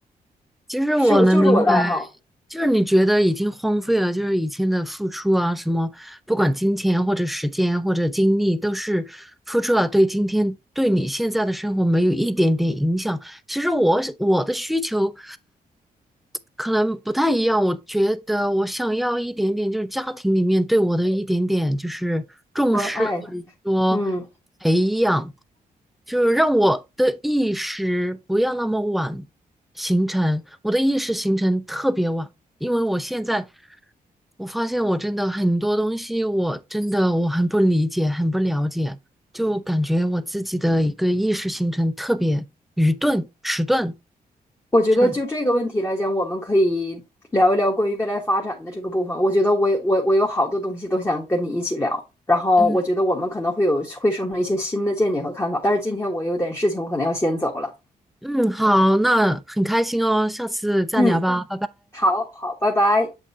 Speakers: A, in the centre; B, on the left.
A: 其实我能明白，
B: 是我就是我的爱好，
A: 就是你觉得已经荒废了，就是以前的付出啊，什么不管金钱或者时间或者精力，都是付出了，对今天对你现在的生活没有一点点影响。其实我是我的需求可能不太一样，我觉得我想要一点点，就是家庭里面对我的一点点就是重视，
B: 关爱，
A: 或者说
B: 嗯。
A: 培养。就是让我的意识不要那么晚形成，我的意识形成特别晚，因为我现在我发现我真的很多东西，我真的我很不理解，很不了解，就感觉我自己的一个意识形成特别愚钝、迟钝，
B: 我觉得就这个问题来讲，
A: 就是
B: 我们可以聊一聊关于未来发展的这个部分。我觉得我我我有好多东西都想跟你一起聊，然后我觉得我们可能会有会生成一些新的见解和看法。
A: 嗯
B: 但是今天我有点事情，我可能要先走了。
A: 嗯，好，那很开心哦，下次再聊吧。
B: 嗯，好好，拜拜。